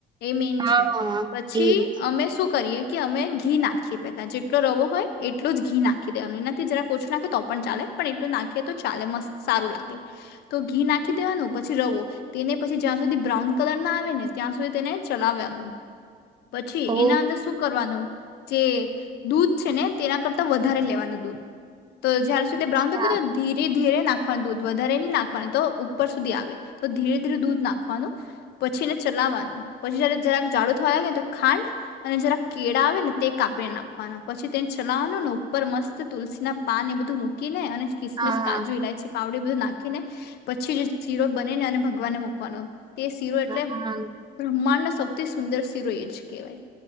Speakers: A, on the left; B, on the right.
A: એ મીન
B: હા
A: છે, પછી
B: એજ
A: અમે શું કરીએ. કે અમે ઘી નાખીએ પેલા જેટલો રવો હોય એટલો જ ઘી નાખી દેવાનું એનાથી જરા ઓછો નાખે તો પણ ચાલે પણ એટલું નાખીએ તો ચાલે મસ્ત સારું લાગે, તો ઘી નાખી દેવાનું પછી રવો, તેને પછી જ્યાં સુધી બ્રાઉન કલર ના આવે ને ત્યાં સુધી તેને ચલાવ્યા પછી
B: ઓ
A: એના અંદર શું કરવાનું. જે દૂધ છે ને તેના કરતા વધારે લેવાના દૂધ. તો જ્યાર સુધી બ્રાઉન
B: અચ્છા
A: થાતો ધીરે ધીરે નાખવાનું દૂધ વધારે નહી નાખવાનું તો ઉપર સુધી આવે, તો ધીરે ધીરે દૂધ નાખવાનું, પછી એને ચલાવવાનું પછી જયારે જરાક જાડું થવા આવે ને તો ખાંડ, અને જરા કેળા આવે ને તે કાપીને નાખવાના પછી તેને છનાવવાનું ને ઉપર મસ્ત તુલસીના પાન એ બધું મૂકી ને અને કિસમિસ
B: હા
A: કાજુ ઇલાયચી પાવડી બધું નાખીને, પછી જ શીરો બની ને અને ભગવાનને મૂકવાનો. તે શીરો એટલે
B: હા
A: બ્રહ્માંડ ન સૌથી સુંદર શીરો એ જ કહેવાય.